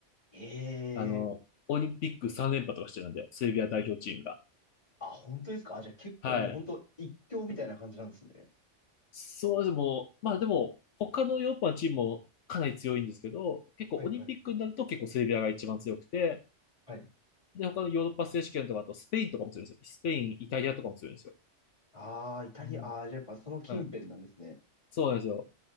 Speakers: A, on the left; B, on the left.
A: ええ
B: あの、オリンピック3連覇とかしてるんで、セルビア代表チームが。
A: あ、本当ですかあ、じゃあ結構もう本当一強みたいな感じなんですね。
B: はい。そうです。もう、まあでも、他のヨーロッパのチームもかなり強いんですけど、結構オリンピックになると結構セルビアが一番強くて、
A: はいはい。はい。
B: で、他のヨーロッパ選手権とか、あとスペインとかも強いんですよ。スペイン、イタリアとかも強いんですよ。
A: ああ、イタリア、
B: うん。
A: ああ、じゃあやっぱその近辺なんですね。
B: はい。そうなんですよ。